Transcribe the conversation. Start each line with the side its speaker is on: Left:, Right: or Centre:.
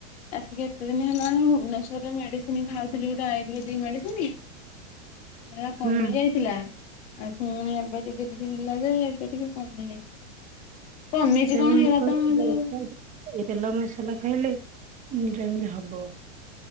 Left: ଆସିକି ଏତେ ଦିନ ହେଲାଣି ଭୁବନେଶ୍ୱରରେ ମେଡିସିନ ଖାଉଥିଲି ଗୋଟେ ଆୟୁର୍ବେଦିକ ମେଡିସିନି ହେଗା କମି
Right: ହୁଁ।
Left: ଯାଇଥିଲା ଆଉ ପୁଣି ଏବେ ଟିକେ ଟିକେ ଥିଲା ଯେ ଏବେ ଟିକେ କମି ଯାଇଛି କମିଛି
Right: ସେ
Left: କଣ
Right: କ
Left: ହେଇରା
Right: <unintelligible>
Left: ତ ଯୋଉ
Right: ତେଲ ମସଲା ଖାଇଲେ ଏଇଟା ଏମିତି ହବ